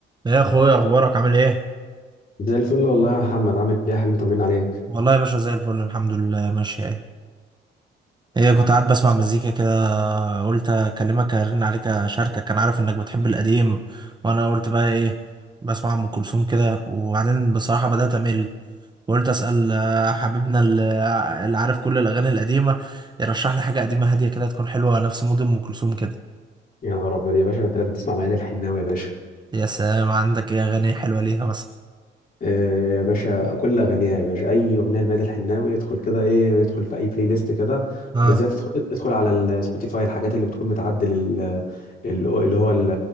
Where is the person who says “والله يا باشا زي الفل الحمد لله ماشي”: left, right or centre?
Right